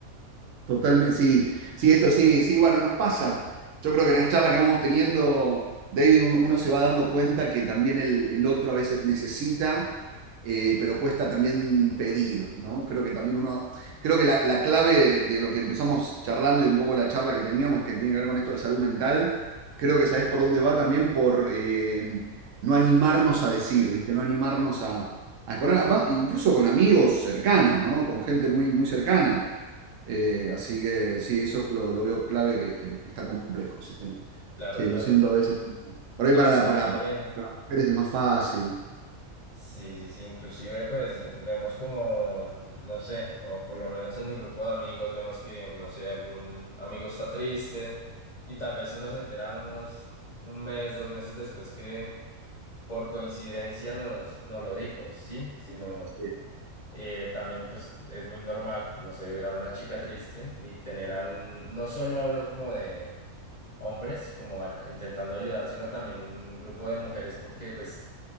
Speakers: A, on the right (about 65°); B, on the left (about 50°).
A: Totalmente, sí, sí, esto sí, sí, bueno, nos pasa. Yo creo que en las charlas que vamos teniendo, David, un- uno se va dando cuenta que también el, el otro a veces necesita, eh, pero cuesta también pedir, ¿no? Creo que también uno, creo que la, la clave de lo que empezamos charlando y un poco la charla que teníamos que tiene que ver con esto de salud mental, creo que sabés por dónde va también por eh, no animarnos a decir, ¿viste? No animarnos a, a exponer, a- incluso con amigos cercanos, ¿no? Con gente muy, muy cercana eh, así que sí, eso lo, lo veo clave, que está complejo. Sí,
B: Claro,
A: Sí,
B: claro.
A: lo siento a veces. Por ahí
B: No,
A: para,
B: inclusive...
A: la- para, para para las mujeres es más fácil.
B: Sí, sí, sí, inclusive pues vemos como, no sé, o por lo menos en mi grupo de amigos vemos que, no sé, algún amigo está triste y tal vez uno se entera unos un mes, dos meses después que por coincidencia nos, nos lo dijo, sí, sino
A: Sí,
B: eh, también pues es muy normal, no sé, ver a una chica triste y tener a un, no solo hablo como de hombres, como ay- intentando ayudar, sino también un grupo de mujeres porque pues